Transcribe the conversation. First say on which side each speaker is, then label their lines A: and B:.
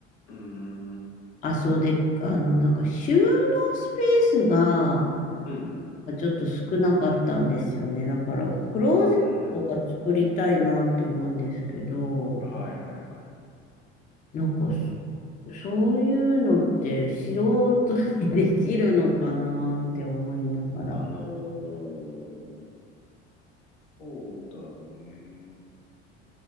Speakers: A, on the left; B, on the left.
A: うん。うん
B: あ、そうで、あの、なんか収納スペースが
A: うん。
B: ちょっと少なかったんですよね。だから、クローゼットが作りたいなって思うんですけど、
A: うん。はいはいはい。
B: なんかそ、そういうのって素人にできるのかなって思いながら。
A: あのーそうだね。